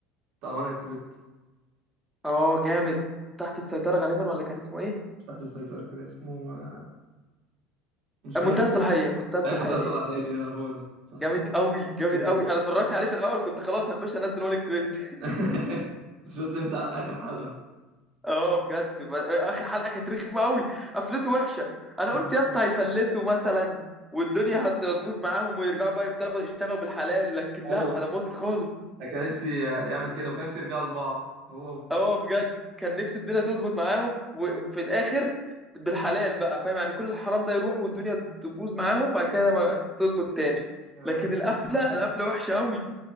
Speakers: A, on the right; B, in the centre.
A: بتاع وانا كسبت
B: اه جامد تحت السيطرة غالبا ولا كان اسمه ايه؟
A: مش تحت السيطرة كان اسمه آه، مش
B: آه،
A: فاكر
B: منتهى الصلاحية منتهى الصلاحية
A: اي منتهى صلاحية هو ده صح
B: جامد قوي جامد
A: موت
B: قوي انا اتفرجت عليه في الاول كنت خلاص هخش انزل وان كتبت
A: <laughs> بس شفت انت اخر حلقة
B: اه بجد ب- اخر حلقة كانت رخمة قوي قفلته وحشة انا
A: انا
B: قلت
A: موت
B: يا اسطى هيفلسوا مثلا والدنيا هت- هتبوظ معاهم ويرجعوا بقى يبتغوا يشتغلوا بالحلال لكن لا
A: ايوه
B: انا باظت خالص
A: كان نفسي يعمل كده وكان نفسي يرجعوا لبعض هو و...
B: اه بجد كان نفسي الدنيا تظبط معاهم وفي الاخر بالحلال بقى فاهم يعني كل الحرام ده يروح والدنيا تبوظ معاهم بعد كده ما تظبط تاني
A: آه.
B: لكن القفله القفله وحشه قوي